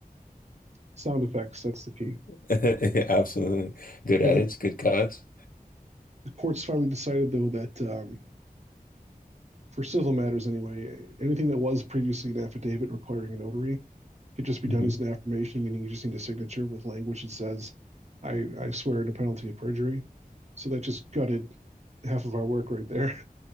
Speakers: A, on the right (about 45°); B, on the left (about 65°).
A: Sound effects, that's the key.
B: <laughs> Absolutely. Good
A: Yeah,
B: edits,
A: the,
B: good cuts.
A: the courts finally decided though that um, for civil matters anyway, anything that was previously an affidavit requiring a notary could just be
B: hmm
A: done as an affirmation, meaning you just need a signature with language that says, I, I swear under penalty of perjury. So that just gutted half of our work right there.